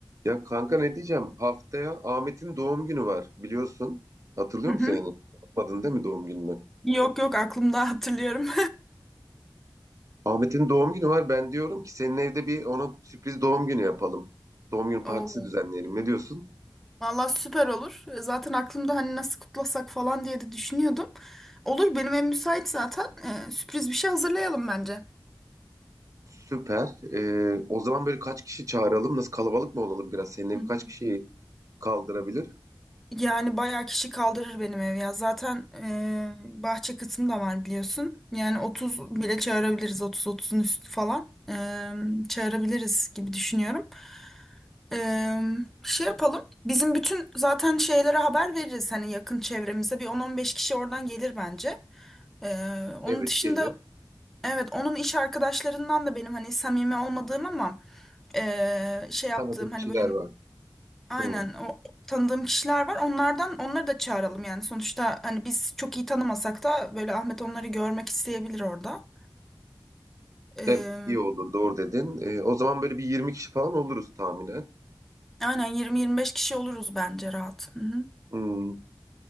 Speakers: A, on the right; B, in the centre.
A: Ya kanka ne diyeceğim? Haftaya Ahmet'in doğum günü var biliyorsun. Hatırlıyor
B: Hı hı.
A: musun yani? Unutmadın değil mi doğum gününü?
B: Yok yok aklımda hatırlıyorum.
A: Ahmet'in doğum günü var. Ben diyorum ki senin evde bir ona sürpriz doğum günü yapalım. Doğum günü
B: <laughs>
A: partisi
B: Oo.
A: düzenleyelim. Ne diyorsun?
B: Valla süper olur. E, Zaten aklımda hani nasıl kutlasak falan diye de düşünüyordum. Olur benim ev müsait zaten. Ee, sürpriz bir şey hazırlayalım bence.
A: Süper. Ee, o zaman böyle kaç kişi çağıralım? Nasıl kalabalık mı olalım biraz? Senin ev
B: Hı hı.
A: kaç kişiyi kaldırabilir?
B: Yani bayağı kişi kaldırır benim ev ya. Zaten ee, bahçe kısmı da var biliyorsun. Yani 30 bile çağırabiliriz. 30-30'un üstü falan. Ee, çağırabiliriz gibi düşünüyorum. Eee, şey yapalım. Bizim bütün zaten şeylere haber veririz. Hani yakın çevremize bir on on beş kişi oradan gelir bence. Eee, onun
A: Evet
B: dışında
A: gelir.
B: evet onun iş arkadaşlarından da benim hani samimi olmadığım ama eee, şey yaptığım
A: Tanıdığım kişiler
B: hani böyle
A: var.
B: aynen
A: Hmm.
B: o tanıdığım kişiler var. Onlardan onları da çağıralım yani. Sonuçta hani biz çok iyi tanımasak da böyle Ahmet onları görmek isteyebilir orada. Eee,
A: Evet iyi olur doğru dedin. Ee, o zaman böyle bir 20 kişi falan oluruz tahminen.
B: aynen yirmi yirmi beş kişi oluruz bence rahat. Hı hı.
A: Hmm.